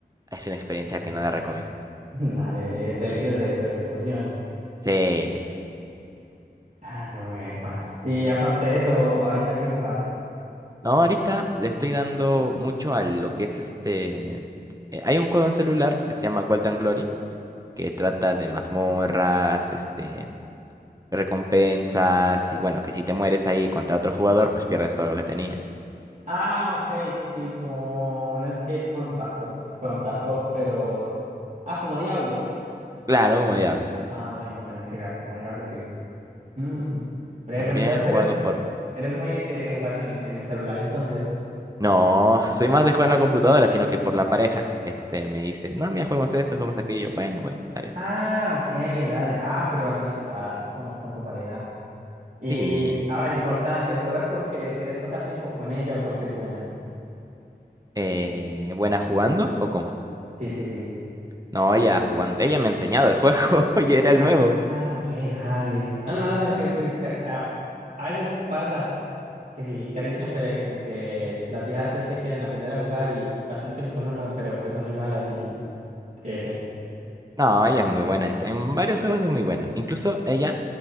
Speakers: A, on the right (about 20°); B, on the right (about 50°).
A: es una experiencia
B: Ok.
A: que no la recomiendo.
B: <laughs> Dale, eh, delirios de persecución.
A: Sí.
B: Ah, no, epa. Y aparte de eso, ¿ahorita qué jugás?
A: No, ahorita le estoy dando mucho a lo que es este... eh, hay un juego en celular que se llama Gold and Glory, que trata de mazmorras, este, recompensas y bueno, que si te mueres ahí contra otro jugador, pues pierdes todo lo que tenías.
B: Ah, ok, tipo un Escape from, Tarto- from Tarkov, pero... Ah, como Diablo.
A: Claro, como diablo.
B: Ah, bueno, bueno, sí, dale, como Diablo, sí. Mm. Breve,
A: También
B: pero entonces
A: he jugado
B: eres,
A: Fortnite.
B: eres muy de jugar en el, en el celular entonces.
A: No, soy más de jugar en la computadora, sino que por la pareja, este, me dice, no, mira, juguemos esto, juguemos aquello. Bueno, bueno, está bien.
B: Ah, ok, dale. Ah, pero al menos jugabas con, con tu pareja. Y
A: Sí.
B: ahora, importante, ¿juegas porque quieres pasar tiempo con ella o porque es buena?
A: Eh, ¿buena jugando o cómo?
B: Sí, sí, sí.
A: No, ella jugando, ella me ha enseñado el juego <laughs> y era
B: Ah,
A: el nuevo.
B: ok, dale. No, no, no, sino que sí, ca- a, a veces pasa que sí, casi siempre como que las viejas es que quieren aprender a jugar y pasan tiempo con uno, pero pues son muy malas y F.
A: No, ella es muy buena, en, en varios juegos es muy buena. Incluso ella